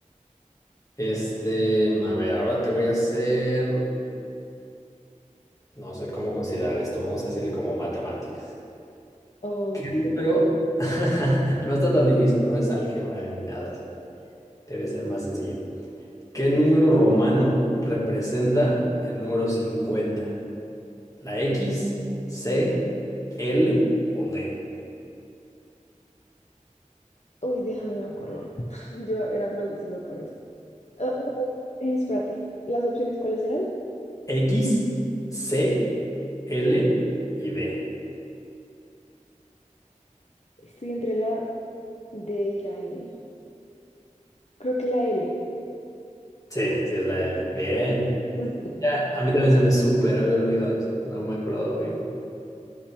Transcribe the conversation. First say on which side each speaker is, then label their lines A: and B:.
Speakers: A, on the left; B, on the left.
A: Este, a ver, ahora te voy a hacer, no sé cómo considerar esto, vamos a decirle como matemáticas.
B: Ok.
A: ¿Qué número? <laughs> No está tan difícil, no es álgebra ni nada así. Debe ser más sencilla. ¿Qué número romano representa el número 50? ¿La X, C, L o D?
B: Uy, déjame, me acuerdo. <laughs> Yo era malísima por eso. Ah, eh, espérate, ¿las opciones cuáles eran?
A: X, C, L y D.
B: Estoy entre la D y la L. Creo que la L.
A: Sí, sí es la L. Bien.
B: <laughs>
A: Ya, a mí también se me súper había olvidado eso. No me acordaba bien.